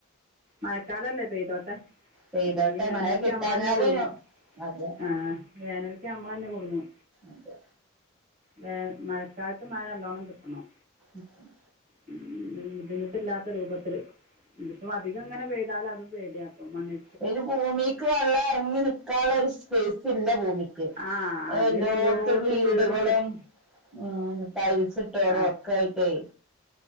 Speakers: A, on the right; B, in the centre.
A: മഴക്കാലല്ലേ പെയ്തോട്ടെ
B: പെയ്തോട്ടെ
A: ഇല്ലെങ്കി വേനൽക്ക്
B: മഴ കിട്ടാഞ്ഞാല്
A: നമ്മള് തന്നെ കുടുങ്ങും
B: അതെ
A: ആഹ് വേനൽക്ക് നമ്മൾ തന്നെ കുടുങ്ങും
B: അതെ
A: വേമഴക്കാലത്ത് മഴനല്ലോണം കിട്ടണം
B: ഉം
A: ഉം ബുദ്ധിമുട്ടില്ലാത്ത രൂപത്തില് ഇതിപ്പോ അധികം ഇങ്ങനെ പെയ്- താൽ അതും പേടിയാപ്പോ മണ്ണി
B: അയ്ന് ഭൂമിക്ക് വെള്ളം എറങ്ങി നിക്കാനുള്ള ഒരു സ് പേസ് ഇല്ല ഭൂമിക്ക്
A: ആ അതിന്
B: എല്ലോട്ത്തും
A: എല്ലായിടത്തും
B: വീടുകളും
A: വീടും കെട്ടി
B: ആഹ് ടൈൽസ് ഇട്ടോടൊക്കെ
A: ആ
B: ആയിട്ടേ